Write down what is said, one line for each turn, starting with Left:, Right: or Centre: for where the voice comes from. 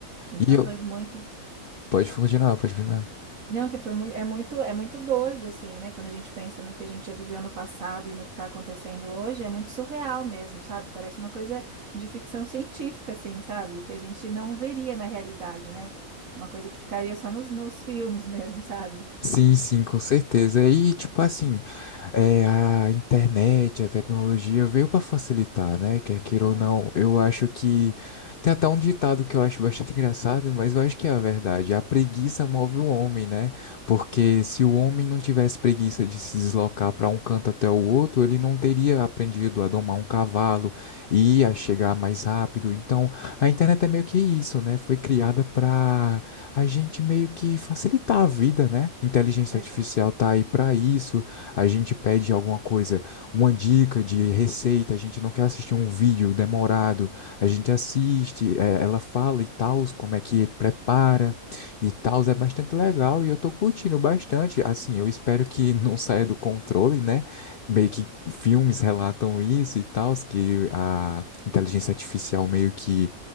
Right: Então
Left: E eu,
Right: foi muito
Left: pode continuar, pode continuar.
Right: Não, que foi muito, é muito, é muito doido, assim, né? Quando a gente pensa no que a gente já viveu no passado e no que está acontecendo hoje, é muito surreal mesmo, sabe? Parece uma coisa de ficção científica, assim, sabe? Que a gente não veria na realidade, né? Uma coisa que ficaria só nos, nos filmes <laughs> mesmo, sabe?
Left: Sim, sim, com certeza. E tipo assim, É, a internet, a tecnologia veio para facilitar, né? Quer queira
Right: Muito.
Left: ou não, eu acho que tem até um ditado que eu acho bastante engraçado, mas eu acho que é a verdade. A preguiça move o homem, né? Porque se o homem não tivesse preguiça de se deslocar para um canto até o outro, ele não teria aprendido a domar um cavalo e a chegar mais rápido. Então, a internet é meio que isso, né? Foi criada para a gente meio que facilitar a vida, né? Inteligência
Right: Exatamente.
Left: artificial tá aí para isso a gente pede alguma coisa, uma dica de receita, a gente não quer assistir um vídeo demorado, a gente assiste, eh, ela fala e tal, como é que prepara e tal, é bastante legal e eu tô curtindo bastante. Assim, eu espero que <laughs> não saia do controle, né? Meio que filmes relatam isso e tal, que a inteligência artificial meio que